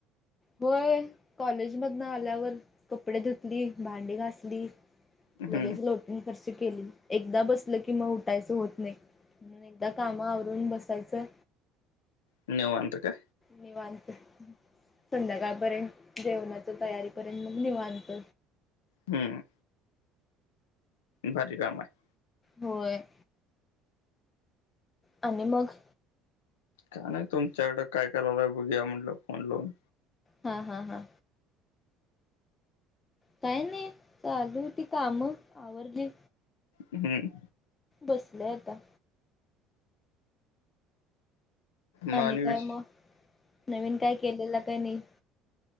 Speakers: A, on the left; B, on the left.
A: होय, कॉलेज मधन आल्यावर कपडे धुतली भांडी घासली.
B: हम्म
A: लगेच लोटून फरशी केली, एकदा बसल की मग उठायच होत नाही. म्हणून एकदा कामा आवरून बसायचं.
B: निवांत काय?
A: निवांत. संध्याकाळपर्यंत जेवणाच तयारीपर्यंत मग निवांत.
B: हम्म. बाकी का आहे. <unintelligible>
A: होय. आणि मग
B: का नाही तुमच्याकडे काय करायला बघूया म्हटलं फोन लावून.
A: हा हा हा काय नाही चालू होती कामं आवरली.
B: हम्म
A: बसले आता
B: मग
A: आणि काय
B: विष
A: मग नवीन काय केलेलं काय? नाही